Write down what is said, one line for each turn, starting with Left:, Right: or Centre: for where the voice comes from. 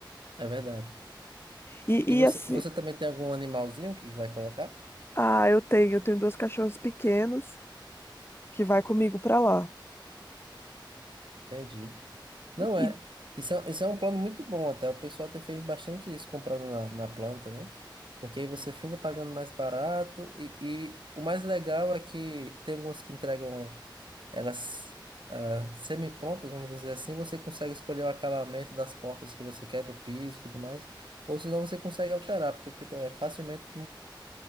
Right: É verdade.
Left: E,
Right: E você,
Left: e assim,
Right: você também tem algum animalzinho que vai colocar?
Left: ah, eu tenho, eu tenho duas cachorras pequenas que vai comigo para lá.
Right: Entendi. Não
Left: E
Right: é. Isso é, isso é um plano muito bom até. O pessoal tem feito bastante isso comprando na, na planta, né? Porque aí você finda pagando mais barato. E, e o mais legal é que tem algumas que entregam elas ah, semi-prontas, vamos dizer assim. Você consegue escolher o acabamento das portas que você quer, do piso e tudo mais. Ou senão você consegue alterar, porque tipo, é facilmente